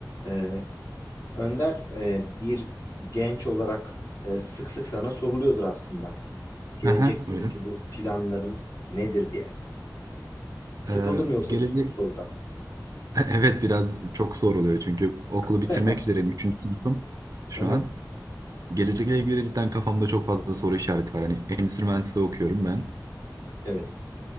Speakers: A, on the left; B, on the right.
A: Ee, Önder e, bir genç olarak e, sık sık sana soruluyordur aslında. Gelecekle
B: Aha, buyurun.
A: ilgili planların nedir diye. Sıkıldın
B: Ee,
A: mı yoksa
B: gelecek...
A: bu sorudan?
B: <laughs> Evet biraz çok zor oluyor çünkü okulu
A: <laughs>
B: bitirmek
A: Hı
B: üzereyim. Üçüncü sınıfım şu
A: hı,
B: an. Gelecekle ilgili cidden kafamda çok fazla soru işareti var. Hani endüstri mühendisliği okuyorum ben.
A: Evet.